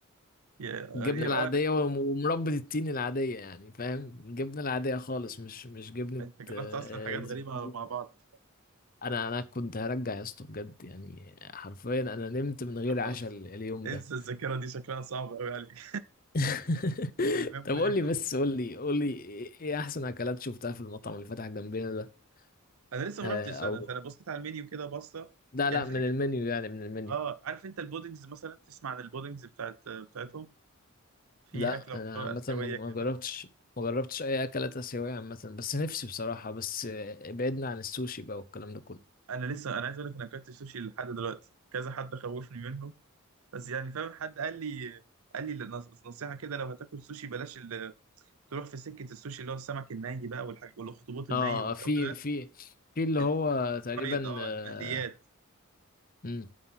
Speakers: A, on the right (about 85°); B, on the left (about 40°).
A: يا
B: الجبنة
A: يا
B: العادية
A: اه لا،
B: وم- ومربى التين العادية يعني فاهم الجبنة العادية خالص مش مش جبنة
A: انت جربت
B: آه،
A: اصلا حاجات
B: زيتون
A: غريبة مع بعض
B: انا انا كنت هرجع يا اسطى بجد يعني حرفيا انا نمت من غير
A: طب خلاص
B: عشاء ال- اليوم
A: انسى
B: ده
A: الذاكرة دي شكلها صعب قوي عليك
B: <laughs>
A: <laughs> الميموري
B: طب قول
A: دي خلاص
B: لي بس قول لي قول لي ايه إيه احسن اكلات شفتها في المطعم اللي فتح جنبنا ده
A: انا لسه
B: آه
A: ما رحتش انا
B: او
A: فانا بصيت على المنيو كده بصة
B: لا
A: يعني
B: لا
A: في
B: من
A: حاجة
B: المنيو يعني من المنيو
A: اه عارف انت البودنجز مثلا تسمع عن البودنجز بتاعت بتاعتهم في
B: لا
A: اكلة مشهورة
B: انا مثلا
A: اسيوية
B: ما ما
A: كده
B: جربتش ما جربتش اي اكلات اسيويه عامه بس نفسي بصراحه بس آه، بعدنا عن السوشي بقى والكلام ده كله
A: انا لسه انا عايز اقول لك انا اكلت سوشي لحد دلوقتي كذا حد خوفني منه بس يعني فاهم حد قال لي قال لي نص- نصيحة كده لو هتاكل سوشي بلاش تروح في سكه السوشي اللي هو السمك الني بقى والحاجات والاخطبوط الني
B: اه
A: والجو
B: في
A: ده
B: في في اللي هو
A: الحته
B: تقريبا
A: الفرايد اه
B: آه
A: المقليات
B: مم.